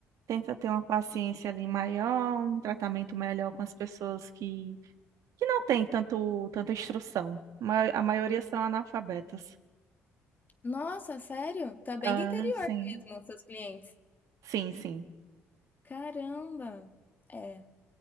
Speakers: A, on the right; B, on the left.
A: tenta ter uma paciência ali maior, um tratamento melhor com as pessoas que, que não têm tanto, tanta instrução. Ma- A maioria são analfabetas.
B: Nossa, sério? Tá bem
A: Ah,
B: do interior
A: sim.
B: mesmo, seus clientes.
A: Sim, sim.
B: Caramba! É.